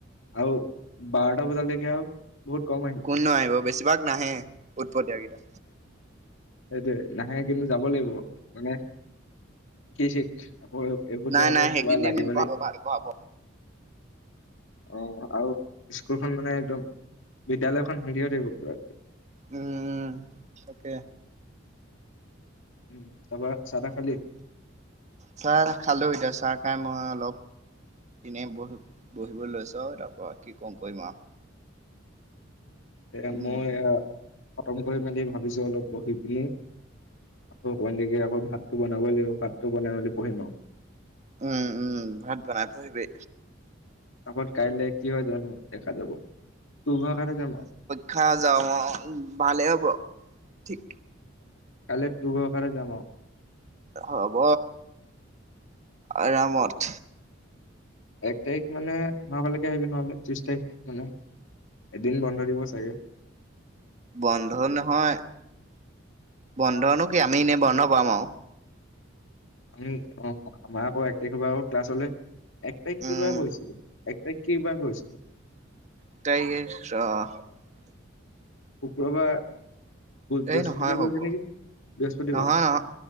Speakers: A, on the left (about 75°); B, on the right (about 35°).
A: আৰু বাৰটা বজা লৈকে আৰু। বহুত কম
B: কোন নো আহিব বেছিভাগ নাহে, উৎপতিয়া গিতা।
A: সেইটোয়ে নাহে কিন্তু যাব লাগিব মানে কি ঠিক আকৌ এইবোৰতে
B: নাই
A: আকৌ
B: নাই সেইদিনে
A: কিবা লাগে বুলি
B: পঢ়াব ভালে পঢ়াব
A: অ' আৰু স্কুলখন মানে একদম বিদ্যালয়খন শান্তি হৈ থাকিব পুৰা একদম।
B: উম, তাকে।
A: উম, তাৰপা চাহ তাহ খালি?
B: চাহ খালোঁ এতিয়া চাহ খাই মই অলপ এনেই বহিব লৈছোঁ আৰু তাৰপৰা কি <unintelligible> কৰিম আৰু। <inaudible>
A: এয়া
B: উম
A: মই এয়া খতম কৰি মেলি ভাবিছোঁ অলপ বহি পিনি আকৌ অকণমান দেৰিকে আকৌ ভাতটো বনাবই লাগিব ভাতটো বনাই মেলি পঢ়িম আৰু।
B: উম-উম ভাত বনাই পঢ়িবি।
A: তাপা কাইলে কি হয় জানোঁ দেখা যাব, তোৰ ভৰসাতে যাম আৰু।
B: খা যাওঁ অ' ভালে হ'ব ঠিক
A: কাইলে তোৰ ভৰসাতে যাম আৰু।
B: হ'ব আৰামত।
A: এক তাৰিখ মানে আমাৰ ফালেকে আহিবি নহ'লে ত্ৰিশ তাৰিখ মানে। এদিন বন্ধ দিব চাগে।
B: বন্ধ নহয় বন্ধনো কি আমি এনে বন্ধ পাম আৰু।
A: আমি অ' আমাৰ আকৌ এক তাৰিখৰ পৰা আকৌ ক্লাছ হ'লে। এক তাৰিখ
B: উম
A: কি বাৰ পৰিছেনো এক তাৰিখ কি বাৰ পৰিছেনো?
B: <unintelligible>
A: শুক্ৰবাৰ। বৃহস্পতি
B: এই নহয়
A: বাৰ
B: হ'ব
A: পৰিছে নেকি? বৃহস্পতিবাৰ
B: নহয় নহয়,